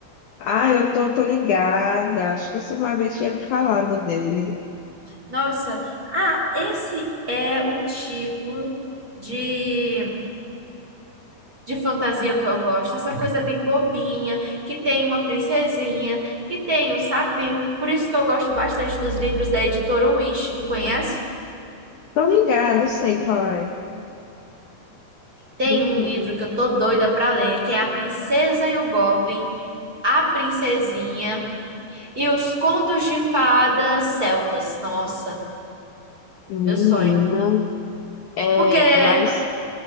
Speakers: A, on the left (about 75°); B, on the right (about 25°).
A: Ah, eu tô, tô ligada. Acho que você uma vez tinha me falado dele.
B: Nossa, ah, esse é o tipo de de fantasia que eu gosto, essa coisa bem bobinha, que tem uma princesinha, que tem um sapinho. Por isso que eu gosto bastante dos livros da editora Wish. Tu conhece?
A: Tô ligada, eu sei qual é.
B: Tem
A: Menina,
B: um livro que eu tô doida pra ler, que é A Princesa e o Goblin, A Princesinha e os Contos de Fadas Celtas. Nossa,
A: Menina,
B: meu sonho.
A: é,
B: Porque
A: mas